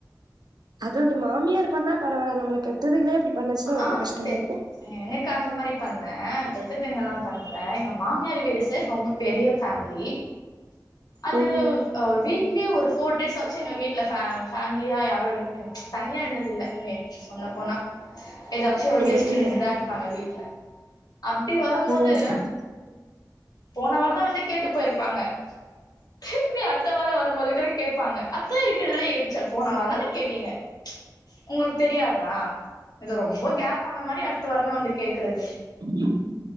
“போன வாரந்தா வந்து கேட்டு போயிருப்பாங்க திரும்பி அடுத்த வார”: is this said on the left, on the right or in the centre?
Left